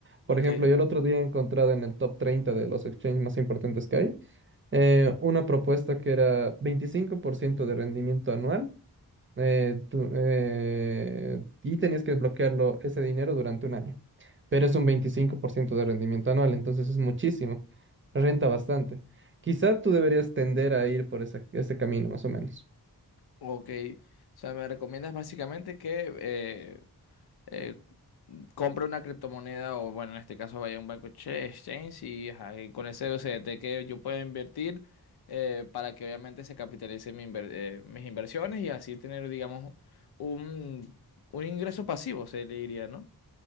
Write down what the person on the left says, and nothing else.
Ok.
O-
ok. O sea, me recomiendas básicamente que... eh, eh, compra una criptomoneda o, bueno, en este caso vaya a un banco che- exchange y, ajá, y con ese USDT que yo pueda invertir eh, para que obviamente se capitalice mi inver- eh, mis inversiones y así tener, digamos, un, un ingreso pasivo, se le diría, ¿no?